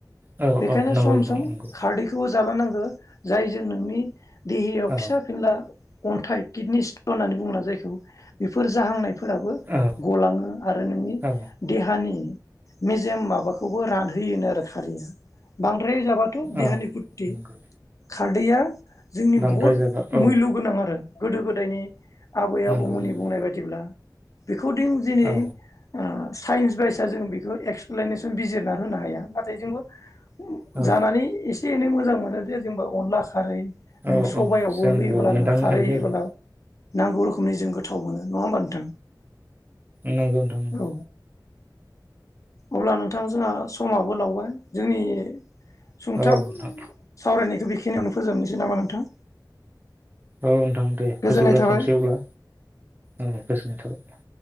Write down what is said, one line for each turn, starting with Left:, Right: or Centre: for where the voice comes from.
Right: औ
Left: बेखायनो
Right: औ नंगौ
Left: सम
Right: नोंथां
Left: सम
Right: नंगौ
Left: खारदैखौबो जालांनांगो जायजों नोंनि देहायाव
Right: औ
Left: फिसा फिनला अन्थाइ किडनि स्टन होननानै बुंङोना जायखौ बेफोर जाहांनायफो फोराबो
Right: औ
Left: गलाङो आरो नोंनि
Right: औ
Left: देहानि मेजेम माबाखौबो रानहोयोनो आरो खारैया। बां द्राय जाबाथ' देहानि
Right: औ
Left: खुथथि।
Right: नंगौ
Left: खारदैया जोंनि
Right: बांद्राय
Left: बहुद
Right: जाबा औ
Left: मुल्य गोनां आरो गोदो गोदायनि आबै
Right: नंगौ
Left: आबौमोननि
Right: नंगौ
Left: बुंनाय बायदिब्ला बेखौदिं दिनि
Right: औ
Left: ओ साइन्स बाइसा जों बेखौ एक्सप्लेनेसन बिजिरना होनो हाया। नाथाय जोंबो
Right: औ
Left: जानानै इस से एनै मोजां मोनो दे जोंबो अनलास खारै
Right: औ
Left: नों सबायावबो
Right: औ जोंबो
Left: होयोब्ला
Right: मोनदांनो
Left: नों खारै
Right: हायो
Left: होयोबोला
Right: आरो
Left: नांगौ रोखो खोमनि जों गोथाव मोनो नङा होमबा नोंथां?
Right: नोंगौ नोंथां नोंगौ।
Left: औ अब्ला नोंथां जोंहा समाबो लावबाय जोंनि सुंथाब
Right: औ नोंथां
Left: सावरायनायखौ बेखि खिनियावनो फोजोबनोसै नामा नोंथां?
Right: औ नोंथां दे
Left: गोजोननाय
Right: फोजोबलायथ'सै
Left: थाबाय
Right: अब्ला गोजोननाय थाबाय।